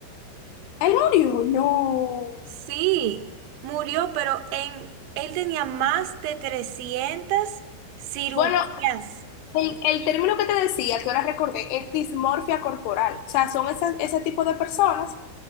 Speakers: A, on the left; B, on the right.
A: él murió? No.
B: sí, murió, pero en, él tenía más de 300 cirugías.
A: Bueno, el, el término que te decía, que ahora recordé, es dismorfia corporal. O sea, son esas- ese tipo de personas